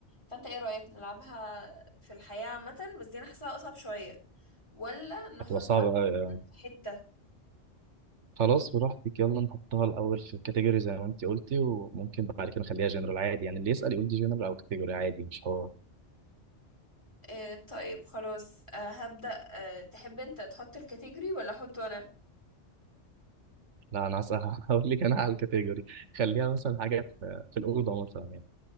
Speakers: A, on the left; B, on the right.
A: فانت ايه رايك نلعبها في الحياه عامه بس دي انا حاساها اصعب شويه ولا نحطها
B: هتبقى صعبة قوي آه.
A: في حته
B: خلاص براحتك يلا نحطها الاول في كاتيجوري زي ما انت قلتي وممكن بعد كده نخليها جنرال عادي يعني اللي يسأل يقول دي جنرال او كاتيجوري عادي مش هو
A: آه طيب خلاص آه هبدأ آه تحب انت تحط الكاتيجوري ولا احطه انا
B: لا انا هسأل <laughs> هقول لك انا على الكاتيجوري خليها مثلا حاجة في, في الأوضة مثلا يعني